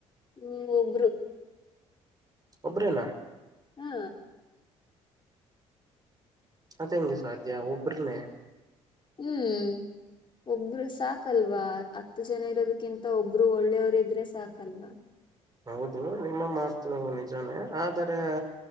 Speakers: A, on the left; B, on the right.
A: ಹ್ಮ ಒಬ್ರು.
B: ಒಬ್ಬರೆನ.
A: ಹಾ
B: ಅದು ಹೆಂಗೆ ಸಾಧ್ಯ ಒಬ್ಬರೇನೆ.
A: ಹ್ಮ್ ಒಬ್ರು ಸಾಕಲ್ವಾ ಹತ್ತು ಜನ ಇರೋದಕ್ಕಿಂತ ಒಬ್ರು ಒಳ್ಳೆಯವರು ಇದ್ರೆ ಸಾಕಲ್ವಾ
B: ಹೌದು ನಿಮ್ಮ ಮಾತು ನಿಜಾನೇ ಆದರೆ